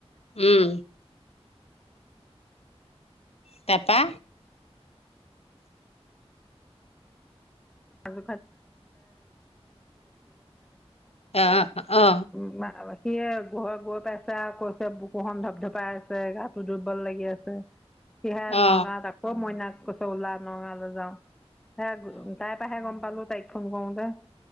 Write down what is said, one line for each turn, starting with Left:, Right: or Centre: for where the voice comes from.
Left: উম, তাপা
Centre: <unintelligible> হ'ব,
Left: অ অ অ
Centre: <unintelligible> সি এ ঘৰ গৈ পাইছে আৰু কৈছে বুকুখন ধপ-ধপাই আছে, গাটো দুৰ্বল লাগি আছে। সেয়ে
Left: অ
Centre: নগাঁৱত আকৌ মইনাক কৈছোঁ উলা নগাঁৱলৈ যাও, সে তাইৰ পৰাহে গম পালোঁ তাইক ফোন কৰোঁতে,